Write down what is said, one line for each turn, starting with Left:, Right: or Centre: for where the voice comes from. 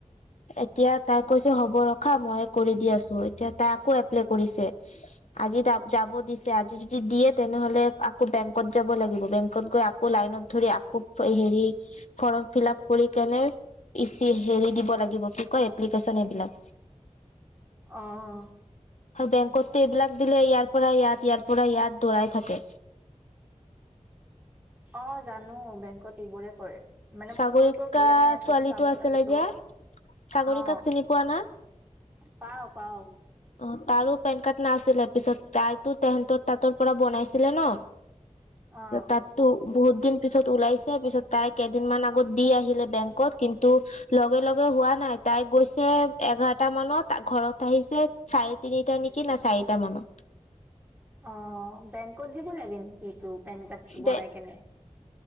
Left: এতিয়া তাই কৈছে হ'ব ৰখা মইয়ে কৰি দি আছো এতিয়া তাই আকৌ এপ্লাই কৰিছে। আজি তা যাব দিছে আজি যদি দিয়ে তেনেহ'লে আকৌ বেংকত যাব লাগিব বেংকত গৈ আ আকৌ লাইনত ধৰি আকৌ হেৰি ফৰ্ম ফিল আপ কৰি কেনে ইচি হেৰি দিব লাগিব কি আকৌ এপ্লিকেচন এইবিলাক
Right: অ'।
Left: আৰু বেংকতটো এইবিলাক দিলে ইয়াৰ পৰা ইয়াত, ইয়াৰ পৰা ইয়াত দৌৰাই থাকে
Right: অ, জানো বেংকত এইবোৰে কৰে। মানে
Left: সাগৰিকা
Right: মোৰোতো প্ৰব্লেম হৈ আছে।
Left: ছোৱালীটো
Right: এইটো চাব
Left: আছিলে
Right: লাগিব,
Left: যে চাগৰি
Right: অ'।
Left: কাক চিনি পোৱা না?
Right: পাওঁ পাওঁ।
Left: অ তাৰো পেন কাৰ্ড নাছিলে পিছত তাইতো তেহেতৰ তাঁতৰ পৰা বনাইছিলে ন।
Right: অ'।
Left: তাত ত বহুত দিন পিছত ওলাইছে পিছত তাই কেইদিনমান আগত দি আহিলে বেংকত কিন্তু লগে লগে হোৱা নাই তাই গৈ এ-এঘাৰটা মানত ঘৰত আহিছে চাৰে তিনিটা নেকি না চাৰিটা মানত।
Right: অ' বেংকত দিব লাগে নেকি এইটোক। পেনকাট বনাই
Left: দে
Right: কেনে।